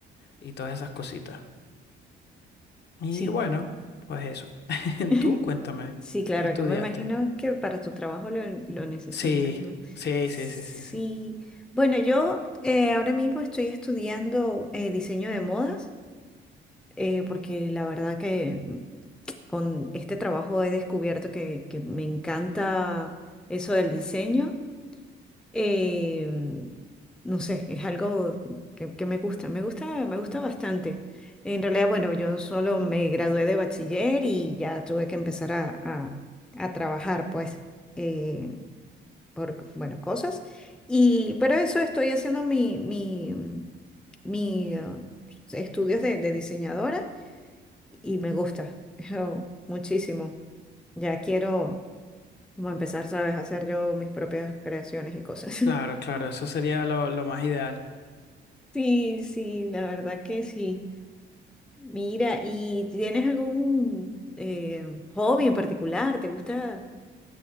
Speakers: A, on the left; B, in the centre.
A: y todas esas cositas. Y
B: sí.
A: bueno, pues eso. <laughs>
B: <laughs>
A: Tú cuéntame,
B: Sí, claro,
A: ¿qué estudiaste?
B: que me imagino que para tu trabajo lo, lo necesitas,
A: Sí,
B: ¿no?
A: sí,
B: Sí,
A: sí, sí, sí, sí.
B: bueno, yo eh, ahora mismo estoy estudiando eh, diseño de modas. eh, porque la verdad que con este trabajo he descubierto que, que me encanta eso del diseño. Eh, no sé, es algo que, que me gusta, me gusta, me gusta bastante. En realidad, bueno, yo solo me gradué de bachiller y ya tuve que empezar a, a- a trabajar, pues, eh, por, bueno, cosas. Y, pero eso estoy haciendo mi, mi, mi, eh, estudios de de diseñadora y me gusta <laughs> yo, muchísimo. Ya quiero como empezar, ¿sabes? A hacer yo mis propias creaciones y cosas. <laughs>
A: Claro, claro, eso sería lo, lo más ideal.
B: Sí, sí, la verdad que sí. Mira, ¿y tienes algún eh, hobby en particular? ¿Te gusta